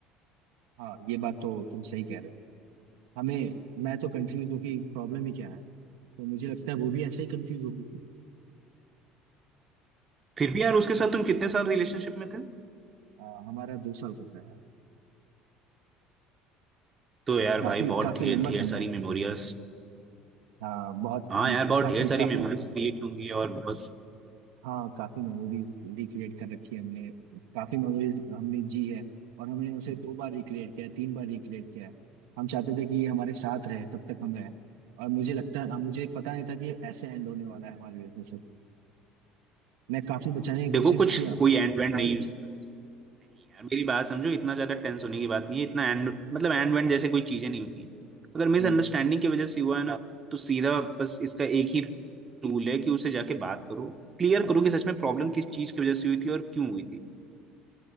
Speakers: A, on the right (about 80°); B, on the right (about 30°).
A: हाँ ये बात तो तुम सही कह रहे हो हमें मैं तो कंफ्यूज हूँ कि प्रॉब्लम ही क्या है तो मुझे लगता है वो भी ऐसे ही कंफ्यूज होगी
B: फिर भी यार उसके साथ तुम कितने साल रिलेशनशिप में थे
A: आ, हमारा दो साल का था यार
B: तो यार
A: काफी
B: भाई बहुत
A: काफी
B: ढेर
A: लंबा
B: ढेर
A: समय
B: सारी
A: है
B: मेमोरियस
A: हाँ बहुत
B: हाँ
A: हम
B: यार बहुत
A: काफी
B: ढेर सारी
A: काफी
B: मेमोरीज क्रिएट होंगी और बहुत
A: हाँ काफी मेमोरीज रिक्रिएट कर रखी है हमने काफी मेमोरीज हमने जी है और हमने उसे दो बार रिक्रिएट किया है, तीन बार रिक्रिएट किया है। हम चाहते थे कि ये हमारे साथ रहे तब तक हम रहे और मुझे लगता है मुझे पता नहीं था कि ये ऐसे एंड होने वाला है हमारे रिलेशनशिप मैं काफी बचाने की
B: देखो
A: कोशिश
B: कुछ
A: किया
B: कोई एंड वेंड
A: पर
B: नहीं यार मेरी बात समझो इतना ज्यादा टेंस होने की बात नहीं है इतना एंड मतलब एंड वेंड जैसे कोई चीजें नहीं होती है। अगर मिसअंडरस्टैंडिंग
A: हम्म,
B: की वजह से हुआ है ना हाँ तो सीधा बस इसका एक ही रूल है कि उसे जाके बात करो क्लियर करो कि सच में प्रॉब्लम किस चीज की वजह से हुई थी और क्यों हुई थी